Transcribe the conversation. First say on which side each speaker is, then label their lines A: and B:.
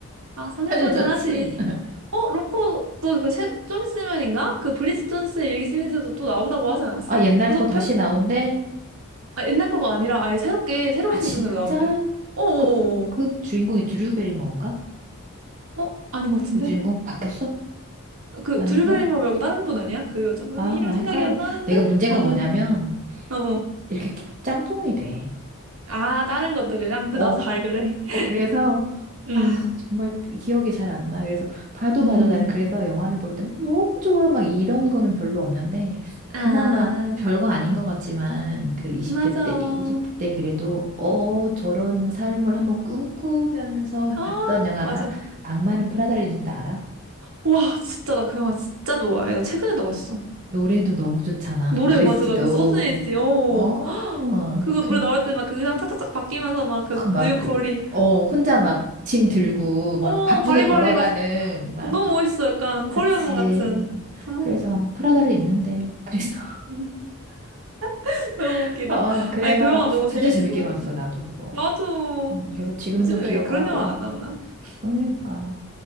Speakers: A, on the right (about 70°); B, on the right (about 35°).
A: 아, 소녀소녀
B: 아주 좋지.
A: 하지. 어, 로코 또그좀 있으면인가? 그 브리짓 존스 일기 시리즈도 또 나온다고
B: 어?
A: 하지 않았어?
B: 아, 옛날
A: 후속편?
B: 거 다시 나온대?
A: 아, 옛날 거가 아니라 아예 새롭게 새로운
B: 아, 진짜?
A: 시즌으로 나온대. 어어어.
B: 그,
A: 어,
B: 그 주인공이 드류 베리모어인가?
A: 어, 어. 어, 아닌 것 같은데?
B: 요 주인공 바뀌었어?
A: 그
B: 아닌가?
A: 드류 베리머 말고 다른 분 아니야? 그 여자분이
B: 아,
A: 이름
B: 나 헷갈려.
A: 생각이 안 나는데?
B: 내가 문제가
A: 어,
B: 뭐냐면,
A: 어어.
B: 이렇게 짬뽕이 돼.
A: 아, 다른 것들이랑? 근데
B: 어,
A: 나도 잘 그래.
B: 어,
A: <laughs>
B: 그래서
A: 음,
B: 아, 정말 기억이 잘 안 나. 그래서 봐도
A: 음.
B: 봐도 나는 그래서 영화를 볼 때 막 너무 좋아 막 이런 거는 별로 없는데
A: 아,
B: 그나마 별거 아닌
A: 음.
B: 것 같지만 그 20대
A: 맞아.
B: 때 20대 때 그래도 어 저런 삶을 한번 꿈꾸면서
A: 아,
B: 봤던 영화가
A: 맞아.
B: 악마는 프라다를 입는다 알아?
A: 와, 진짜 나 그 영화 진짜 좋아해. 나 최근에도 봤어.
B: 노래도 너무 좋잖아.
A: 노래
B: OST도
A: 맞아. 나 그 서준이 씨. 어.
B: 어,
A: <gasps> 그거
B: 그래.
A: 노래 나올 때 막 그 의상 착착착 바뀌면서 막 그
B: 막
A: 뉴욕
B: 그,
A: 거리.
B: 어, 혼자 막 짐 들고 막
A: 어,
B: 바쁘게
A: 바리바리
B: 걸어가는
A: 막
B: 막
A: 어, 너무 멋있어. 약간 커리어몬
B: 그치.
A: 같은. 아,
B: 그래서 프라다를 입는데. 그래서,
A: 음, <laughs> 너무
B: <laughs>
A: 웃기다.
B: 어, 그래서
A: 아니 그 영화 너무
B: 진짜
A: 재밌어.
B: 재밌게 봤어,
A: 음.
B: 나도 그거.
A: 나도
B: 음, 그래서 지금도
A: 요즘에
B: 기억하고.
A: 왜 그런 영화 안 나오나?
B: 그러니까.
A: 음,